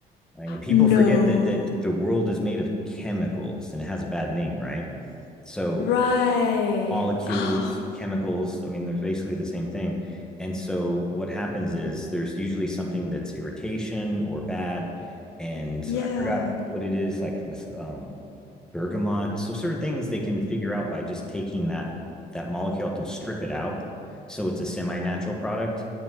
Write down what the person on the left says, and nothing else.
No.
Right.
Oh,
yeah.